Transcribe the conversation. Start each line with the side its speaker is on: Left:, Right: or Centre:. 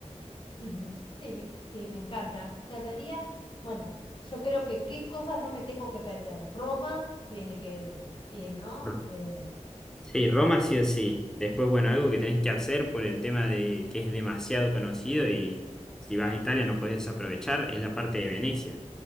Left: ujú, sí, sí, me encanta. Me encantaría, bueno, yo creo que qué cosas no me tengo que perder. Roma tiene que ir, ¿no?
Centre: R-
Left: Eh,
Centre: Sí, Roma sí o sí. Después, bueno, algo que tenés que hacer por el tema de que es demasiado conocido y si vas a Italia no puedes desaprovechar es la parte de Venecia.